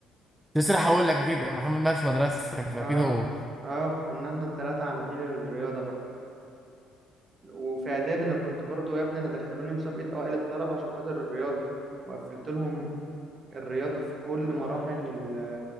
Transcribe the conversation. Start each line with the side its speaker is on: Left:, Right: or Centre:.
Centre: تسرح هقول لك اكيد محمد مات في مدرستك فاكيد
Right: اه
Centre: هو
Right: اه فكنا احنا الثلاثه عناتيل الرياضه بقى وفي اعداد انا كنت برضو يا ابني انا دخلوني مسابقه اوائل الطلبه عشان خاطر الرياضه وقفلت لهم الرياضه في كل مراحل ال-